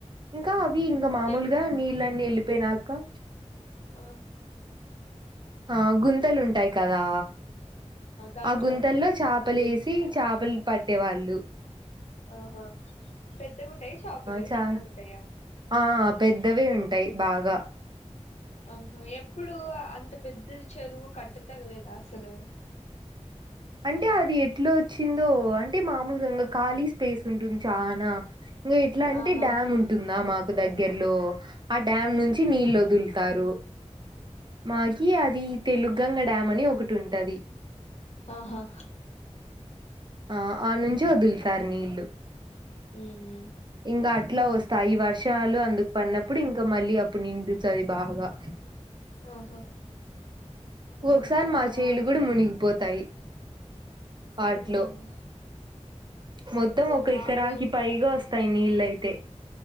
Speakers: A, on the right; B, on the left.
A: ఇంకా అవి
B: ఉమ్
A: ఇంక మామూలు
B: ఎప్
A: నీళ్ళన్నీ వెళ్ళిపోయినాక
B: ఆ
A: ఆ గుంతలుంటాయి కదా
B: దాంట్లో
A: ఆ గుంతల్లో
B: ఉంటాయి
A: చాపలేసి చాపలు పట్టేవాళ్ళు డు
B: ఆహా పెద్దవి ఉంటాయా చాపలు
A: చ
B: చిన్నవి ఉంటాయా
A: ఆ పెద్దవే ఉంటాయి బాగా
B: ఆహా ఎప్పుడు అంత పెద్దది చెరువు కట్టతెగలేదా అసలు
A: అంటే అది ఎట్లా వచ్చిందో అంటే మామూలుగా ఇంకా ఖాళీ స్పేస్ ఉంటుంది చానా ఇంగ ఎట్లంటే
B: ఆహా
A: డ్యామ్ ఉంటుందా మా దగ్గర్లో ఆ డ్యామ్ నుంచి నీళ్లు వదులుతారు మాకి అది తెలుగంగ డామ్ అని ఒకటి ఉంటది
B: ఆహా
A: ఆ ఆడ నుంచి వదులుతారు నీళ్లు
B: ఉమ్
A: ఇంకా అట్లా వస్ తాయి వర్షాలు అందుకు పడినప్పుడు ఇంక మళ్ళీ అప్పుడు నిండుతది బాగా
B: ఆహా
A: ఒక్కొక్క
B: ఉమ్
A: సారి
B: చానా
A: మా చేలు
B: బాగుంటది
A: కూడా మునిగిపోతాయి పాట్లు
B: ఉమ్
A: మొత్తం
B: అసలు
A: ఒక
B: మా
A: ఎకరానికి
B: చేలు
A: పైగా
B: కూడా
A: వస్తాయి నీళ్ళయితే